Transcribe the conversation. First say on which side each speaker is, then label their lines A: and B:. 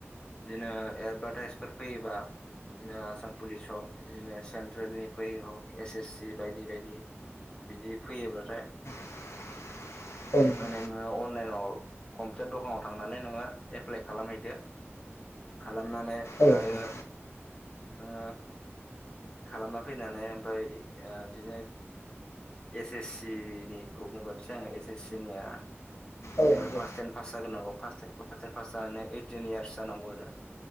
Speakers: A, on the left; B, on the left.
A: बिदिनो एदभार्टाइसफोर फैयोबा बिदिनो आसाम पुलिस हक बिदिनो सेन्ट्रेलनि फै हक एस एस सि बायदि बायदि बिदि फैयोब्लाथाय
B: <inaudible> <inaudible> औ नोंथां औ नंगौ
A: माने नोङो अन लाइनाव कम्पिउटार दखानाव थांनानै नोङो एप्लाइ खालामहैदो। खालामनानै ओमफ्रायो
B: औ नंगौ
A: ओ खालामना फैनानै ओमफ्राय ओ बिदिनो एस एस सि निखौ बुंगोनसै आङो एस एस सि निया
B: औ नंगौ औ
A: जोङो
B: नंगौ
A: क्लास टेन पास जाग्रोनांगौ। क्लास टेनखौ पास जानानै ओइटिन इयार्स जानांगौ आरो।